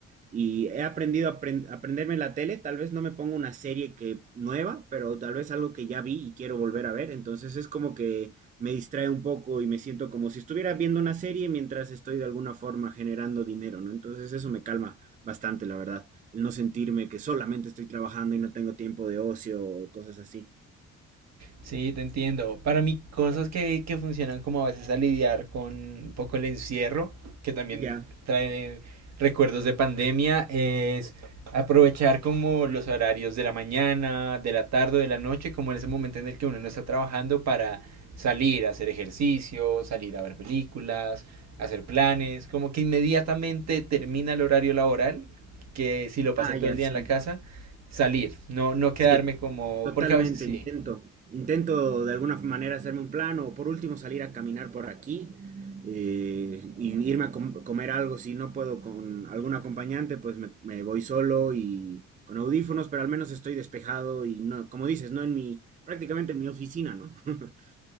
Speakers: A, on the right; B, on the right.
A: Y he aprendido a apren- aprenderme la tele, tal vez no me pongo una serie que nueva, pero tal vez algo que ya vi y quiero volver a ver. Entonces es como que me distrae un poco y me siento como si estuviera viendo una serie mientras estoy de alguna forma generando dinero, ¿no? Entonces eso me calma bastante, la verdad. El no sentirme que solamente estoy trabajando y no tengo tiempo de ocio o cosas así.
B: Sí, te entiendo. Para mí, cosas que, que funcionan como a veces a lidiar con un poco el encierro, que también
A: Ya.
B: trae recuerdos de pandemia, es aprovechar como los horarios de la mañana, de la tarde o de la noche, como en ese momento en el que uno no está trabajando para salir a hacer ejercicio, salir a ver películas, hacer planes, como que inmediatamente termina el horario laboral, que si lo pasé
A: Ah,
B: todo
A: ya,
B: el día
A: sí.
B: en la casa, salir, no, no
A: Sí.
B: quedarme como,
A: Totalmente,
B: porque a veces sí.
A: intento. Intento de alguna manera hacerme un plan o por último salir a caminar por aquí eh, y irme a com- comer algo. Si no puedo con algún acompañante, pues me, me voy solo y con audífonos, pero al menos estoy despejado y no, como dices, no en mi, prácticamente en mi oficina, ¿no? <laughs>